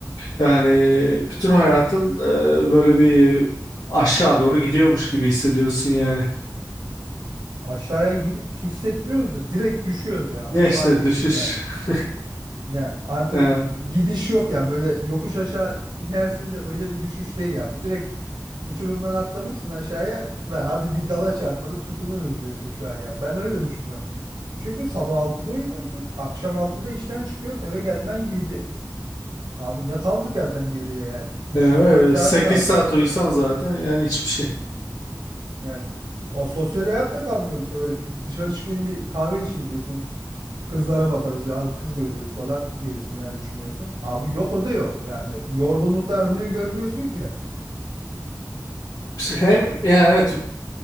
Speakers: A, on the left; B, on the right.
A: Yani bütün hayatın e, böyle bir aşağı doğru gidiyormuş gibi hissediyorsun yani.
B: Aşağıya gidip hissetmiyoruz da direkt düşüyoruz ya.
A: Ya
B: Onu
A: işte
B: fark ettim
A: düşüş.
B: ben.
A: <laughs>
B: Ya artık
A: E,
B: gidiş yok ya böyle yokuş aşağı inersin de öyle bir düşüş değil ya. Bu direkt uçurumdan atlamışsın aşağıya. La hadi bir dala çarparız tutunuruz diyorsun şu an ya. Ben öyle düşünüyorum. Çünkü sabah 6'da uyuyorsun, akşam altıda işten çıkıyorsun, eve gelmen yedi Abi ne kaldı zaten geriye yani? üç
A: e,
B: dört saat
A: 8
B: kaldı.
A: saat uyusan zaten yani hiçbir şey.
B: Ya o sosyal hayat da kalmıyor bu sefer. Dışarı çıkayım bir kahve içeyim diyorsun. Kızlara bakarız, az kız görürüz falan gibisinden düşünüyorsun. Abi yok o da yok. Yani yorgunluktan önünü görmüyorsun ki.
A: Hem yani evet